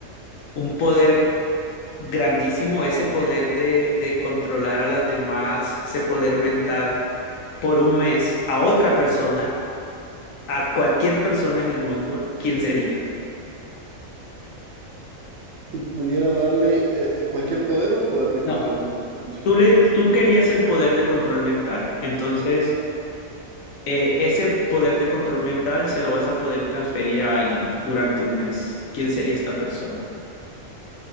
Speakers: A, on the left; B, on the right.
A: un poder grandísimo, ese poder de, de controlar a las demás, ese poder mental, por un mes a otra persona, a cualquier persona en el mundo, ¿quién sería?
B: Si pudiera darle eh, eh, cualquier poder o el poder de control
A: No,
B: mental específicamente.
A: tú le, tú querías el poder de control mental, entonces eh, ese poder de control mental se lo vas a poder transferir a alguien durante un mes. ¿Quién sería esta persona?